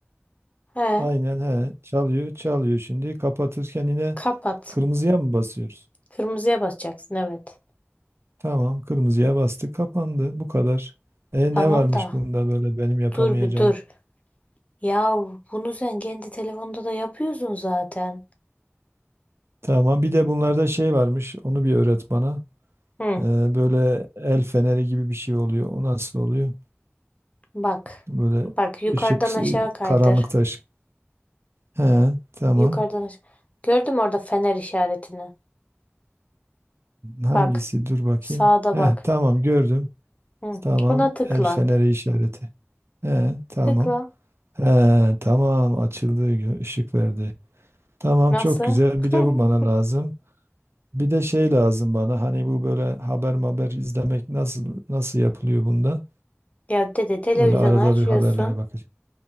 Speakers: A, on the left; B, on the right.
A: He,
B: Aynen he çalıyor çalıyor şimdi kapatırken yine
A: kapat.
B: kırmızıya mı basıyoruz?
A: Kırmızıya basacaksın, evet.
B: Tamam, kırmızıya bastı, kapandı. Bu kadar. E
A: Tamam
B: ne varmış
A: da.
B: bunda böyle benim yapamayacağım?
A: Dur bir dur. Ya bunu sen kendi telefonda da yapıyorsun zaten.
B: Tamam, bir de bunlarda şey varmış. Onu bir öğret bana.
A: Hı,
B: E, böyle el feneri gibi bir şey oluyor. O nasıl oluyor?
A: bak.
B: Böyle
A: Bak yukarıdan
B: ışık,
A: aşağı
B: ıı,
A: kaydır.
B: karanlıkta ışık. He, tamam.
A: Yukarıdan aşağı. Gördün mü orada fener işaretini?
B: Hangisi?
A: Bak.
B: Dur bakayım.
A: Sağda
B: He,
A: bak.
B: tamam gördüm.
A: Hı.
B: Tamam,
A: Ona tıkla.
B: el feneri işareti. He, tamam.
A: Tıkla.
B: He, tamam açıldı, gö- ışık verdi. Tamam,
A: Nasıl?
B: çok güzel. Bir de
A: <laughs>
B: bu bana lazım. Bir de şey lazım bana hani bu böyle haber haber izlemek nasıl nasıl yapılıyor bunda?
A: Ya dede televizyonu
B: Böyle arada
A: açıyorsun.
B: bir haberlere bakacağım.